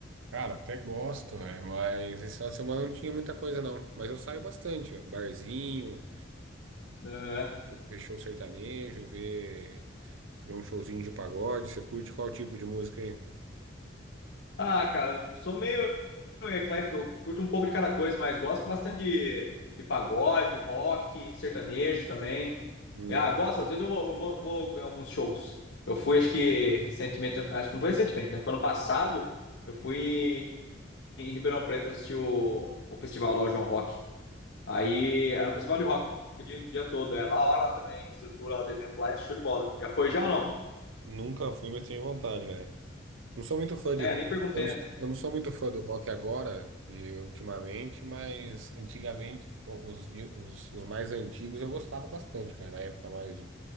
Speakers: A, on the right; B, on the left.
A: Cara, até gosto, velho, mas esse final de semana não tinha muita coisa, não. Mas eu saio bastante, ó. Barzinho,
B: Aham.
A: ver show sertanejo, ver, ver um showzinho de pagode. Você curte qual tipo de música aí?
B: Ah, cara, eu sou meio eclético. Eu curto um pouco de cada coisa, mas gosto bastante de, de pagode, rock, sertanejo também.
A: Hum.
B: Ah, gosto. Às vezes eu vou, eu vou, vou em alguns shows. Eu fui, acho que recentemente, acho que não foi recentemente, né? Foi ano passado. Eu fui. em Ribeirão Preto assistir o, o festival lá, o João Rock. Aí
A: Ah,
B: era um festival de rock o dia, o dia todo. É lá, a hora lá também. Estrutura lá do evento lá é show de bola. Já foi já ou não?
A: nunca fui, mas tenho vontade, velho. Não sou muito fã de
B: É,
A: rock.
B: nem perguntei,
A: Eu não,
B: né?
A: eu não sou muito fã do rock agora, de ultimamente, mas antigamente, pô, os, de- os, os mais antigos eu gostava bastante, cara. Na época mais, de-